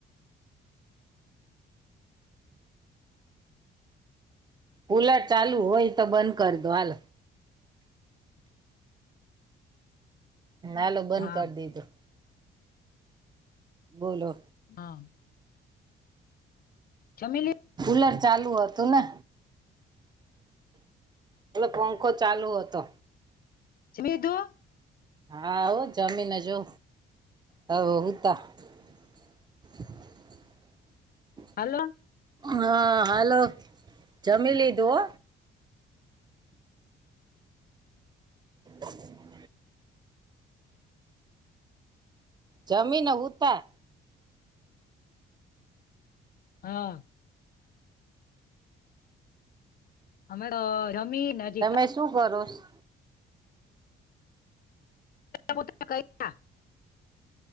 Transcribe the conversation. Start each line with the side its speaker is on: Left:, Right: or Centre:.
Right: કુલર ચાલુ હોય તો બંધ કરી દો હાલ. હાલો બંધ
Left: હા
Right: કરી દીધું બોલો.
Left: હા. જમી લી.
Right: કૂલર ચાલુ હતું ને. એલે પંખો ચાલુ હતો.
Left: જમી લિઘુ
Right: હા ઓ જમીને જો હો હુંતા. <inaudible>
Left: હાલ
Right: હા હાલો જમીલધું હો. હ જમીને હુતા.
Left: હા અમે તો જમી નજી
Right: તમે શું કરોસ
Left: પો ક <inaudible>